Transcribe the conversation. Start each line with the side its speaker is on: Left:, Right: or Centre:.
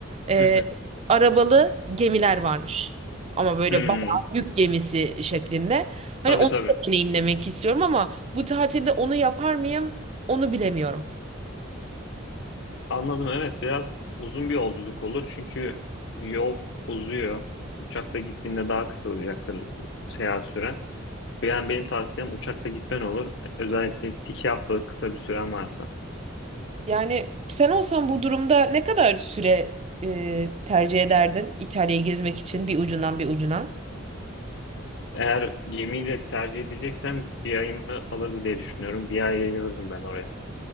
Right: E,
Left: Hı hı.
Right: arabalı gemiler varmış. Ama böyle
Left: Hı.
Right: bayağı yük gemisi şeklinde. Hani
Left: Tabii
Right: onu
Left: tabii.
Right: da deneyimlemek istiyorum ama bu tatilde onu yapar mıyım? Onu bilemiyorum.
Left: Anladım evet biraz uzun bir yolculuk olur çünkü yol uzuyor. Uçakla gittiğinde daha kısa olacaktır seyahat süren. Yani benim tavsiyem uçakla gitmen olur. Özellikle iki haftalık kısa bir süren varsa.
Right: Yani sen olsan bu durumda ne kadar süre e, tercih ederdin İtalya'yı gezmek için bir ucundan bir ucuna?
Left: Eğer gemiyle tercih edeceksen bir ayımı alırdı diye düşünüyorum. Bir ay ayırırdım ben oraya.